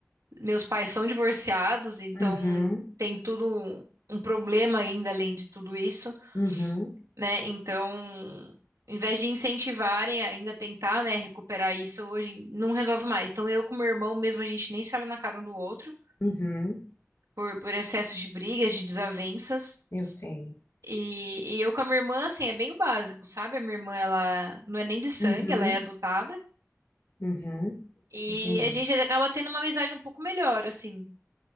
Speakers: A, on the right; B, on the left.
A: meus pais são divorciados, então
B: uhum,
A: tem tudo um problema ainda além de tudo isso,
B: uhum,
A: né? Então, ao invés de incentivarem ainda tentar, né, recuperar isso, hoje não resolve mais. Então eu com meu irmão mesmo, a gente nem se olha na cara um do outro
B: uhum,
A: por, por excesso de brigas, de desavenças.
B: eu sei,
A: E, e eu com a minha irmã, assim, é bem o básico, sabe? A minha irmã, ela não é nem de sangue,
B: uhum,
A: ela é adotada.
B: uhum,
A: E
B: entendi.
A: a gente acaba tendo uma amizade um pouco melhor, assim.